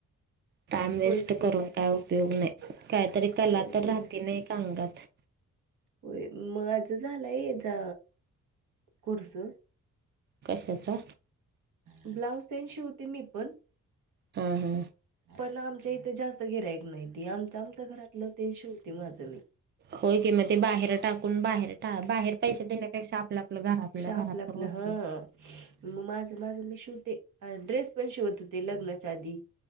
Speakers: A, on the right; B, on the right.
A: टाईम वेस्ट
B: होयच की
A: करून काय उपयोग नाही काहीतरी कला
B: काय उपयोग
A: तर राहती नाही का अांगात
B: होय म माझं झालंयचा खुरस
A: कशाचा
B: ब्लाऊज सन शिवते मी पण
A: हा हा
B: पण आमच्या इथे जास्त गिरायक नाहीती आमच आमच घरातलं ते श होती माझं मी
A: होय कि मग ते बाहेर टाकून बाहेर बाहेर पैसे देण्यापेक्षा आपल्या आपलं घर आपल्या
B: श- आपलं
A: घरात
B: आपलं
A: तर होते
B: हा मग माझं माझं मी शिवते ड्रेस पण शिवत होते लग्नाच्या आधी